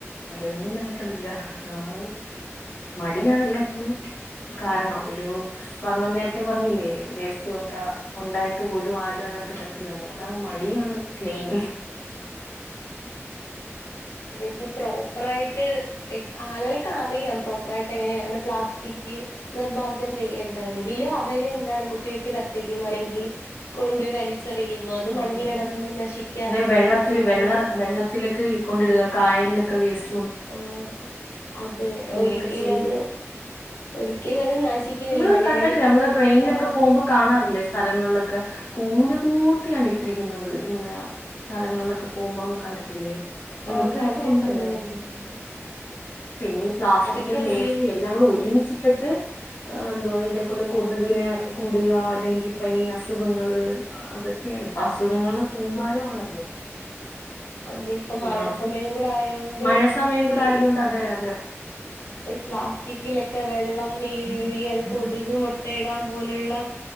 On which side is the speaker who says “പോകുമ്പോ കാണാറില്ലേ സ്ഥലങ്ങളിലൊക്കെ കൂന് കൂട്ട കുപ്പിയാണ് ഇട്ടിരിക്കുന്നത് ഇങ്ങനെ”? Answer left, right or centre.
Left